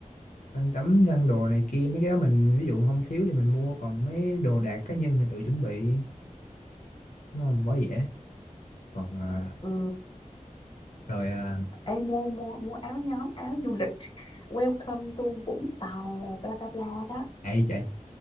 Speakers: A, on the left; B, on the left.
A: khăn tắm khăn đồ này kia mấy cái đó mình ví dụ không thiếu thì mình mua còn mấy đồ đạc cá nhân thì tự chuẩn bị đúng không quá dễ còn à,
B: ừ,
A: rồi à,
B: ê mua mua mua áo nhóm áo du lịch welcome to Vũng Tàu bla bla bla đó
A: ấy chạy